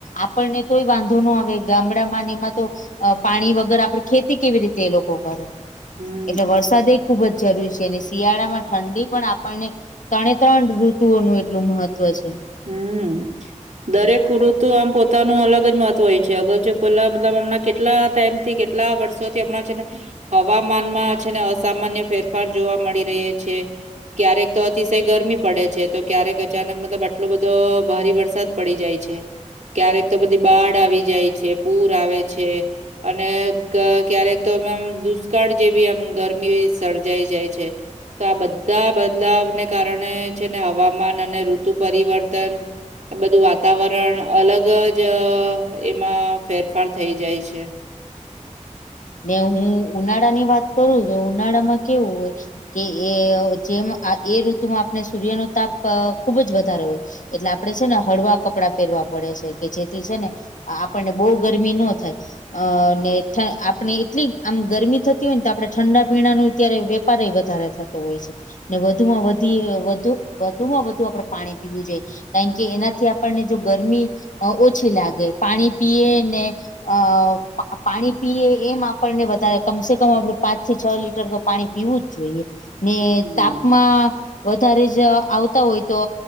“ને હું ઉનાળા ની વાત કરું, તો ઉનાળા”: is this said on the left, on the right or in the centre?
Left